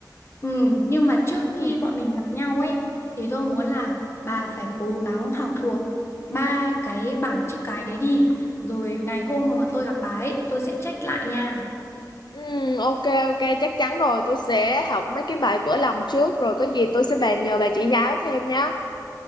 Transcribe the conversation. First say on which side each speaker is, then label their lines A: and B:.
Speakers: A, on the left; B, on the left.
A: Ừ, nhưng mà trước
B: Ừ.
A: khi bọn mình gặp nhau ấy thì tôi muốn là bà phải cố gắng học thuộc ba cái bảng chữ cái đấy đi. Rồi ngày hôm mà tôi gặp bà ấy, tôi sẽ check lại nha.
B: Ừ, ok ok chắc chắn rồi tôi sẽ học mấy cái bài vỡ lòng trước rồi có gì tôi sẽ bàn nhờ bà chỉ giáo thêm nhá